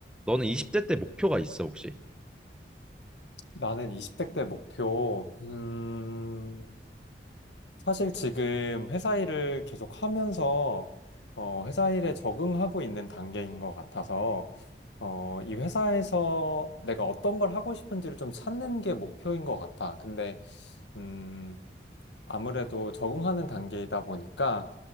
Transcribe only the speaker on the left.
나는 20대 때 목표, 음, 사실 지금 회사 일을 계속 하면서, 어, 회사 일에 적응하고 있는 단계인 것 같아서, 어, 이 회사에서 내가 어떤 걸 하고 싶은지를 좀 찾는 게 목표인 것 같아. 근데, 음, 아무래도 적응하는 단계이다 보니까